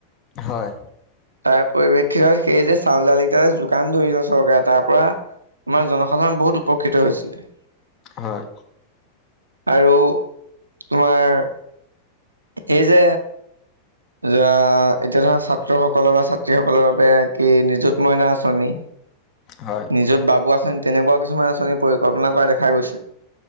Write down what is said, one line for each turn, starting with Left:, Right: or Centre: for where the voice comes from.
Left: হয়
Right: তাৰ পৰিপ্ৰেক্ষিতত সেই যে চাউল দাল কেইটাৰ যোগান ধৰিলে চৰকাৰে তাৰ পৰা আমাৰ জনসাধাৰণ বহুত উপকৃত হৈছিলে।
Left: হয়।
Right: আৰু তোমাৰ। এই যে যোৱা এতিয়া ধৰা ছাত্ৰসকলৰ বা ছাত্ৰীসকলৰ বাবে কি নিযুত মইনা আঁচনি।
Left: হয়
Right: নিজত বাবু আঁচনি তেনেকুৱাও কিছুমান আঁচনিৰ পৰিকল্পনা কৰা দেখা গৈছে।